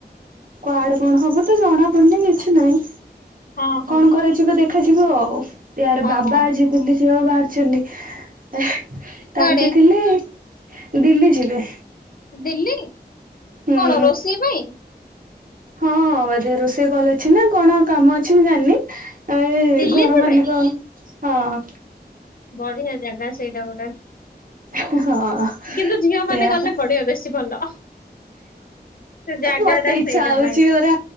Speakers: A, on the right (about 55°); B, on the left (about 55°).
A: କୁଆଡେ କଣ ହବ ତ ଜଣା ପଡୁନି କିଛି ନାଇଁ
B: ହଁ ହଁ
A: କଣ କରାଯି ଯେବେ ଦେଖାଯିବ ଆଉ ଇଆଡ଼େ
B: ହଁ
A: ବାବା ଆଜି ଦିଲ୍ଲୀ ଯିବାକୁ ବାହାରିଛନ୍ତି। ଏହେଁ
B: କୁଆଡେ
A: ତାଙ୍କେ ଥିଲେ ଦିଲ୍ଲୀ ଯିବେ।
B: ଦିଲ୍ଲୀ
A: ହୁଁ
B: କଣ ରୋଷେଇ ପାଇଁ?
A: ହଁ ବୋଧେ ରୋଷେଇ କଲ ଅଛି ନା କଣ କାମ ଅଛି ମୁଁ ଜାଣିନି ଏଇ
B: ଦିଲ୍ଲୀ
A: ଘର
B: ଯିବେ?
A: ମାଲିକ ହଁ
B: ବଢିଆ ଜାଗା ସେଇଟା ପରା।
A: ହଁ ହଁ
B: କିନ୍ତୁ ଝିଅ
A: ସେଇଆ
B: ମାନେ ଗଲେ
A: ପା
B: ପଢିବ ବେଶୀ ଭଲ। ସେ ଜାଗା
A: ମତେ
B: ଟା
A: ଇଚ୍ଛା
B: ସେଇଟା
A: ହେଉଛି
B: ପାଇଁ
A: ପରା